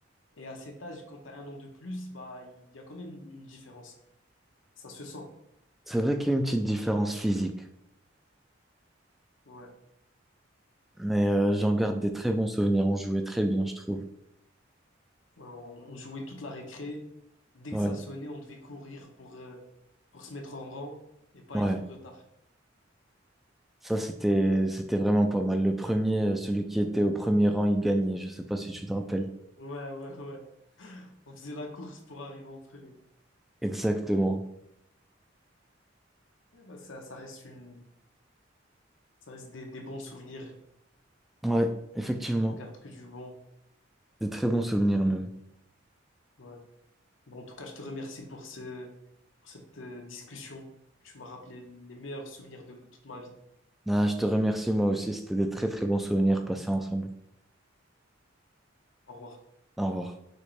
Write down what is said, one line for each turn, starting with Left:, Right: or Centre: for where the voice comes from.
Left: Et à cet âge, quand tu as un an de plus, bah, il y a quand même une différence. Ça se sent.
Centre: C'est vrai qu'il y a une petite différence physique.
Left: Ouais.
Centre: Mais euh, j'en garde des très bons souvenirs. On jouait très bien, je trouve.
Left: Ouais, On on jouait toute la récré. Dès
Centre: Ouais,
Left: que ça sonnait, on devait courir pour, euh, pour se mettre en rang et pas
Centre: ouais.
Left: être en retard.
Centre: Ça, c'était, c'était vraiment pas mal. Le premier, euh, celui qui était au premier rang, il gagnait. Je sais pas si tu te rappelles.
Left: Ouais, ouais, ouais. On faisait la course pour arriver en premier.
Centre: Exactement.
Left: Ouais, bah, ça, ça reste une, ça reste des, des bons souvenirs.
Centre: Ouais, effectivement.
Left: On garde que du bon.
Centre: Des très bons souvenirs même.
Left: Ouais. Bon, en tout cas, je te remercie pour ce, pour cette euh, discussion. Tu m'as rappelé les meilleurs souvenirs de toute ma vie.
Centre: Ah, je te remercie moi aussi. C'était des très très bons souvenirs passés ensemble.
Left: Au revoir.
Centre: Au revoir.